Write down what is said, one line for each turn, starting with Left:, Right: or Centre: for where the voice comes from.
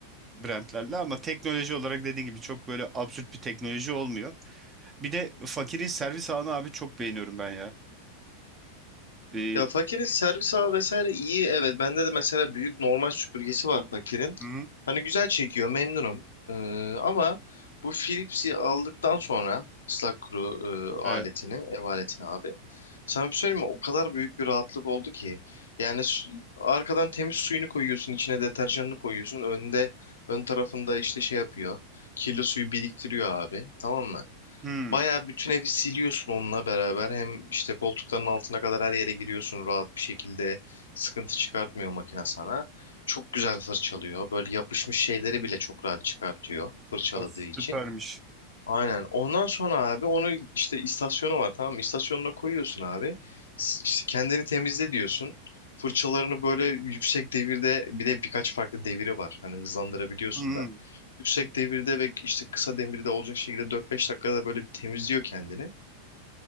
Right: brandlerle ama teknoloji olarak dediğin gibi çok böyle absürt bir teknoloji olmuyor. Bir de fakirin servis ağını abi çok beğeniyorum ben ya. E,
Left: Ya Fakir'in servis ağı vesaire iyi evet. Bende de mesela büyük normal süpürgesi var Fakir'in.
Right: hı,
Left: Hani güzel çekiyor memnunum. Ee, ama bu Philips'i aldıktan sonra ıslak kuru e,
Right: evet.
Left: aletini, ev aletini abi. Sana bir söyleyeyim mi? O kadar büyük bir rahatlık oldu ki. Yani su- arkadan temiz suyunu koyuyorsun, içine deterjanını koyuyorsun. Önde, ön tarafında işte şey yapıyor. Kirli suyu biriktiriyor abi. Tamam mı?
Right: Hı,
Left: Bayağı bütün evi siliyorsun onunla beraber. Hem işte koltukların altına kadar her yere giriyorsun rahat bir şekilde. Sıkıntı çıkartmıyor makine sana. Çok güzel fırçalıyor. Böyle yapışmış şeyleri bile çok rahat çıkartıyor fırçaladığı
Right: o süpermiş.
Left: için. Aynen. Ondan sonra abi onu işte istasyonu var tamam mı? İstasyonuna koyuyorsun abi. S- İşte kendini temizle diyorsun. Fırçalarını böyle yüksek devirde bir de birkaç farklı deviri var. Hani hızlandırabiliyorsun
Right: Hı,
Left: da. Yüksek devirde ve işte kısa devirde olacak şekilde 4-5 dakikada böyle bir temizliyor kendini.